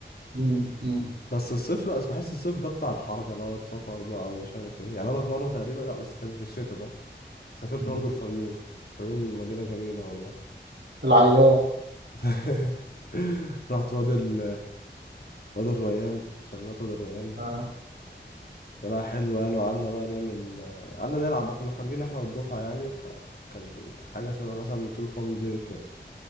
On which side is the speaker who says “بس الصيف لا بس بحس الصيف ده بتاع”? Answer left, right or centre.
Left